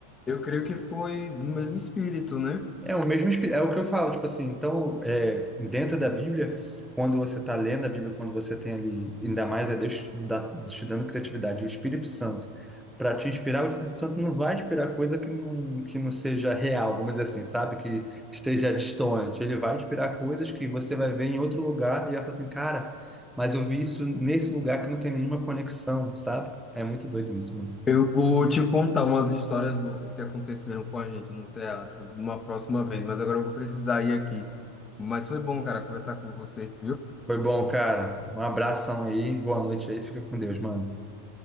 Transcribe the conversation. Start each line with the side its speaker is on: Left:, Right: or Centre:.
Left: eu creio que foi no mesmo espírito, né?
Centre: é o mesmo espírito, é o que eu falo, tipo assim, então, é, dentro da Bíblia, quando você está lendo a Bíblia, quando você tem ali, ainda mais é Deus dá- te dando criatividade, o Espírito Santo, para te inspirar, o Espírito Santo não vai te inspirar coisa que não, que não seja real, vamos dizer assim, sabe? Que esteja distante. Ele vai te inspirar coisas que você vai ver em outro lugar e vai falar assim, cara, mas eu vi isso nesse lugar que não tem nenhuma conexão, sabe? É muito doido isso, mano.
Left: Eu vou te contar umas histórias loucas que aconteceram com a gente no teatro uma próxima vez, mas agora eu vou precisar ir aqui. Mas foi bom, cara, conversar com você. viu?
Centre: Foi bom, cara. Um abração aí, boa noite aí, fica com Deus, mano.